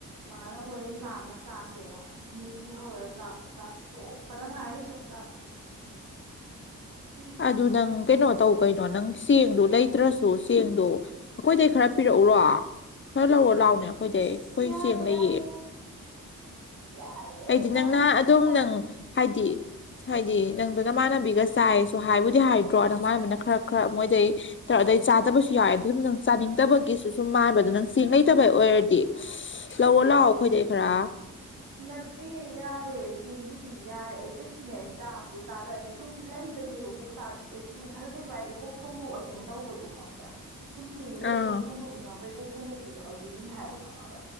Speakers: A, on the right (about 80°); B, on the left (about 35°).
A: ꯃꯥꯅ ꯍꯣꯔꯦꯟ ꯂꯥꯝꯃ ꯆꯥꯁꯦꯅ ꯃꯤꯒꯤ ꯍꯧꯔꯒ ꯆꯥꯛ ꯆꯥꯛ ꯇꯣꯛꯄꯗ ꯉꯥꯏꯔꯤ ꯆꯥꯛꯆꯥꯥꯛ <unintelligible>
B: ꯑꯗꯨ ꯅꯪ ꯀꯩꯅꯣ ꯇꯧ ꯀꯩꯅꯣ ꯅꯪ ꯆꯦꯡꯗꯣ ꯂꯩꯇ꯭ꯔꯁꯨ ꯆꯦꯡꯗꯣ ꯑꯈꯣꯏꯗꯩ ꯈꯔ ꯄꯤꯔꯛꯎꯔꯣ ꯈꯔ ꯂꯧꯔꯣ ꯂꯥꯎꯅꯦ ꯑꯩꯈꯣꯏꯗꯩ
A: ꯏꯁ
B: ꯑꯩꯈꯣꯏ
A: ꯌꯥꯔꯦ
B: ꯆꯦꯡ ꯂꯩꯌꯦ
A: ꯌꯥꯔꯦ ꯌꯥꯔꯦ ꯌꯥꯔꯦ ꯑꯩ
B: ꯑꯩꯗꯤ
A: ꯅꯍꯥꯟ
B: ꯅꯪꯅꯍꯥ
A: ꯀꯩꯝ
B: ꯑꯗꯨꯝ
A: ꯇꯧꯗꯦ
B: ꯅꯪ ꯍꯥꯏꯗꯤ ꯍꯥꯏꯗꯤ ꯅꯪꯗꯣ ꯅꯃꯥꯟꯅꯕꯤꯒ ꯆꯥꯏꯁꯨ ꯍꯥꯏꯕꯨꯗꯤ ꯍꯥꯏꯗ꯭ꯔꯣ ꯅꯃꯥꯟꯅꯕꯤꯅ ꯈꯔ ꯈꯔ ꯃꯣꯏꯗꯩ ꯇꯧ ꯑꯗꯩ ꯆꯥꯗꯕꯁꯨ ꯌꯥꯎꯑꯦ <unintelligible> ꯅꯪ ꯆꯥꯅꯤꯡꯗꯕꯒꯤꯁꯨ ꯁꯨꯝ ꯃꯥꯟꯕ ꯑꯗꯣ ꯅꯪ ꯆꯦꯡ ꯂꯩꯩꯇꯕꯩ ꯑꯣꯏꯔꯗꯤ ꯂꯧꯑꯣ ꯂꯥꯛꯑꯣ ꯑꯩꯈꯣꯏꯗꯩ ꯈꯔ
A: ꯅꯠꯇꯦ ꯌꯥꯔꯦ ꯆꯦꯡꯒꯤꯗꯤ ꯌꯥꯔꯦ ꯑꯩ ꯀꯩꯁꯨꯅꯦ ꯆꯥꯕ ꯆꯥꯗ ꯑꯗꯨ ꯁꯨꯝ ꯂꯩꯕꯩꯅꯦꯕ ꯀꯣꯛ ꯆ ꯑꯦ ꯆꯦꯡ ꯈꯔ ꯂꯩꯕ ꯍꯥꯏꯗꯤ ꯀꯣꯛ ꯊꯣꯡꯗꯣꯛꯑꯁꯦꯅ ꯇꯧꯕꯗꯣ ꯈꯪꯕ꯭ꯔꯥ ꯁꯨꯝ ꯆꯦꯡꯗꯣ ꯂꯩꯗꯤ
B: ꯑꯥ
A: ꯀꯣꯛ ꯊꯣꯡꯗꯣꯛꯅꯤꯡꯉꯛ ꯍꯣꯏ ꯀꯣꯛ ꯊꯣꯡꯀꯣꯛꯄꯤꯗꯣ ꯑꯗꯨꯒꯤꯅꯤ ꯍꯥꯏꯕ ꯈꯪꯉꯕ